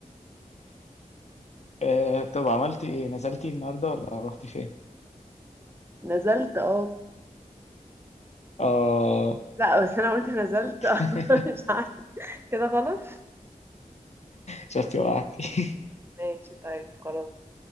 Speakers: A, on the left (about 50°); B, on the right (about 15°).
A: آه طب عملتي ايه؟ نزلتي النهاردة ولا رحتي فين؟
B: نزلت اه
A: اه
B: لا بس انا قلت نزلت
A: <laughs>
B: اه <laughs> مش عارفة كده غلط
A: شفتي وقعتي
B: ماشي طيب خلاص